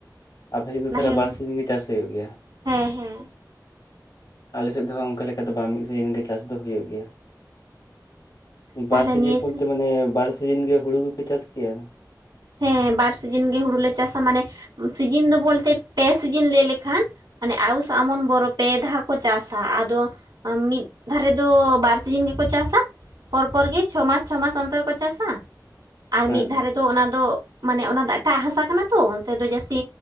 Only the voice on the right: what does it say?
ᱱᱟᱦᱮᱞ
ᱦᱮᱸ ᱦᱮᱸ᱾
ᱛᱟᱦᱚᱞᱮ
ᱱᱤᱭᱟᱹ
ᱥᱮ
ᱦᱮᱸ ᱵᱟᱨ ᱥᱤᱡᱤᱱ ᱜᱮ ᱦᱩᱲᱩᱞᱮ ᱪᱟᱥᱟ, ᱢᱟᱱᱮ ᱥᱤᱡᱤᱱ ᱫᱚ ᱵᱚᱞᱛᱮ ᱯᱮ ᱥᱤᱡᱤᱱ ᱞᱟᱹᱭ ᱞᱮᱠᱷᱟᱱ᱾ ᱢᱟᱱᱮ ᱟᱣᱩᱥ ᱟᱢᱚᱱ ᱵᱚᱨᱚ ᱯᱮ ᱫᱷᱟᱣ ᱠᱚ ᱪᱟᱥᱟ᱾ ᱟᱫᱚ ᱢᱤᱫ ᱫᱷᱟᱨᱮ ᱫᱚ ᱵᱟᱨ ᱥᱤᱡᱤᱱ ᱜᱮᱠᱚ ᱪᱟᱥᱼᱟ᱾ ᱯᱚᱨᱯᱚᱨ ᱜᱮ ᱪᱷᱚ ᱢᱟᱥ ᱪᱷᱚ ᱢᱟᱥ ᱚᱱᱛᱚᱨᱠᱚ ᱪᱟᱥᱼᱟ ᱟᱨ
ᱢᱤᱫ ᱫᱷᱟᱣ
ᱨᱮᱫᱚ ᱚᱱᱟ ᱫᱚ ᱢᱟᱱᱮ ᱚᱱᱟ ᱫᱚ ᱮᱴᱟᱜ ᱦᱟᱥᱟ ᱠᱟᱱᱟ ᱛᱚ ᱚᱱᱛᱮ ᱫᱚ ᱡᱟᱹᱥᱛᱤ